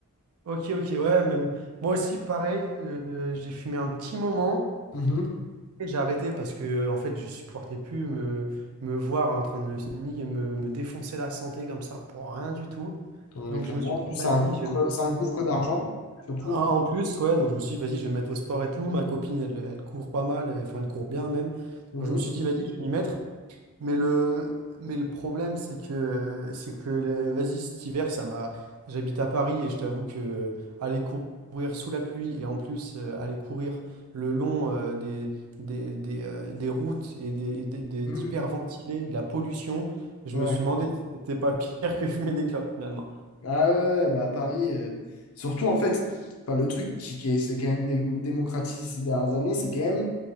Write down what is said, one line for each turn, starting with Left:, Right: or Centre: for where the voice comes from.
Right: ok, ok, ouais, même moi aussi, pareil, euh, j'ai fumé un petit moment
Left: Mhm.
Right: et j'ai arrêté parce que, euh, en fait, je supportais plus me, me voir en train de me, nier- me, me défoncer la santé comme ça pour rien du tout.
Left: Avec
Right: Donc, je
Left: la
Right: me
Left: mort,
Right: suis dit,
Left: c'est
Right: vas-y,
Left: un gouffre,
Right: je vais me-
Left: c'est un gouffre d'argent, surtout.
Right: En en plus, ouais, donc je me suis dit, vas-y, je vais me mettre au sport et tout. Ma copine, elle, elle court pas mal, euh, enfin, elle court bien même.
Left: Mhm.
Right: Donc, je me suis dit, vas-y, je vais m'y mettre. Mais le, mais le problème, c'est que, c'est que les- vas-y, cet hiver, ça m'a. J'habite à Paris et je t'avoue que aller cou- courir sous la pluie et en plus euh, aller courir le long euh, des, des, des, euh, des routes et des, des, des-
Left: Mhm.
Right: d'hyperventilés, de la pollution, je
Left: Ouais.
Right: me suis demandé si c'était pas pire que fumer des clopes finalement.
Left: Ah ouais, ouais, bah à Paris, euh, surtout en fait, enfin le truc qui, qui est- s'est quand même dé- démocratisé ces dernières années, c'est quand même